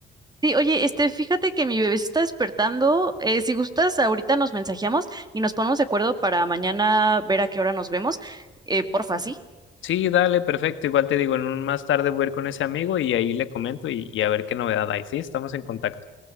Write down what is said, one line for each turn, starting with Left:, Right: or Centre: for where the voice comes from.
Right: Sí, oye, este, fíjate que mi bebé se está despertando. eh, si gustas, ahorita nos mensajeamos y nos ponemos de acuerdo para mañana ver a qué hora nos vemos. Eh, porfa, sí.
Left: Sí, dale, perfecto. Igual te digo, en un más tarde voy a ir con ese amigo y ahí le comento y, y a ver qué novedad hay. Sí, estamos en contacto.